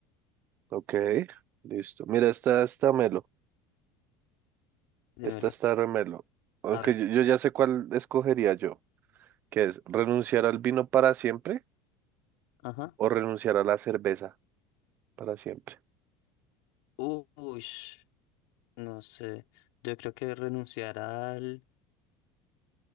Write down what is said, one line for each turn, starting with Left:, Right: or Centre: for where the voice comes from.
Right: Ok, listo. Mira, esta está melo.
Left: Dímelo.
Right: Esta está remelo. Aunque
Left: A ver.
Right: yo, yo ya sé cuál escogería yo, que es renunciar al vino para siempre
Left: Ajá.
Right: o renunciar a la cerveza para siempre.
Left: Uy, no sé. Yo creo que renunciar al...